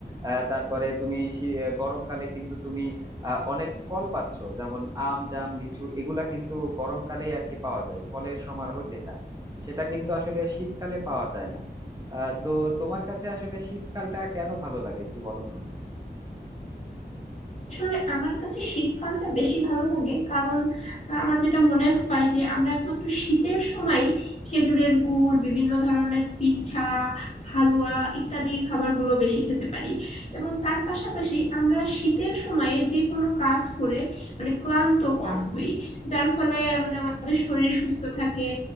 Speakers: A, on the right; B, on the left.
A: আহ, তারপরে তুমি শী- গরমকালে কিন্তু তুমি আহ, অনেক ফল পাচ্ছ যেমন আম জাম লিচু এগুলা কিন্তু গরমকালেই আর কি পাওয়া যায় ফলের সমারোহ যেটা সেটা কিন্তু আসলে শীতকালে পাওয়া যায় না আহ তো তোমার কাছে আসলে শীতকালটা কেন ভালো লাগে একটু বলো তো
B: আসলে আমার কাছে শীতকালটা বেশি ভালো লাগে কারণ আহ, আমার যেটা মনে হয় যে আমরা একমাত্র শীতের সময় খেজুরের গুড় বিভিন্ন ধরনের পিঠা হালুয়া ইত্যাদি খাবারগুলো বেশি খেতে পারি এবং তার পাশাপাশি আমরা শীতের সময়ে যে কোনো কাজ করে মানে ক্লান্ত কম হই যার ফলে মানে আমাদের শরীর সুস্থ থাকে